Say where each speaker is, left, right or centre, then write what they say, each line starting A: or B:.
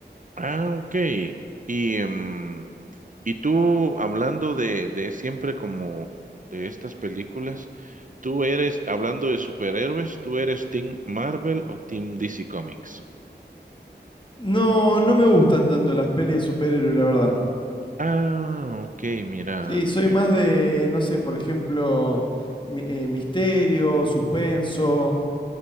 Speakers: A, on the right; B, on the left.
A: Ah, ok. Y, em, y tú, hablando de, de siempre como de estas películas, tú eres, hablando de superhéroes, ¿tú eres Team Marvel o Team DC Comics?
B: No, no me gustan tanto las pelis de superhéroes, la verdad.
A: Ah, ok, mira.
B: Sí, soy
A: ok.
B: más de, no sé, por ejemplo, mi- eh, misterio, suspenso.